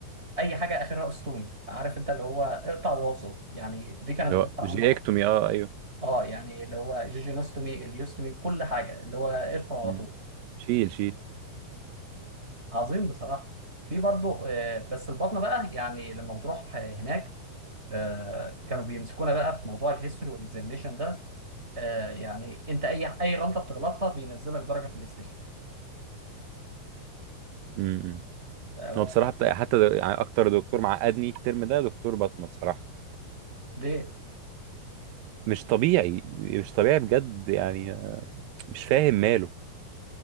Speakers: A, on the right; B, on the right.
A: اي حاجه اخرها استومي عارف انت اللي هو اقطع واصل يعني دي كانت
B: اللي
A: الجراحه
B: هو
A: العامه
B: جيكتومي
A: كلها.
B: اه ايوه
A: اه يعني اللي هو جيجينوستومي اليوستومي كل حاجه اللي هو ادخل على
B: مم.
A: طول
B: شيل شيل
A: عظيم بصراحه في برضه آه، بس البطنه بقى يعني لما بتروح آه، هناك آه، كانوا بيمسكونا بقى في موضوع الهيستوري والاكزامينشن ده آه يعني انت اي اي غلطه بتغلطها بينزلك درجه في الاستيشن
B: مم.
A: آه هو
B: هو بصراحه بتا- حتى د- يعني اكتر دكتور معقدني الترم ده دكتور بطنه بصراحه
A: ليه؟
B: مش طبيعي مش طبيعي بجد يعني مش فاهم ماله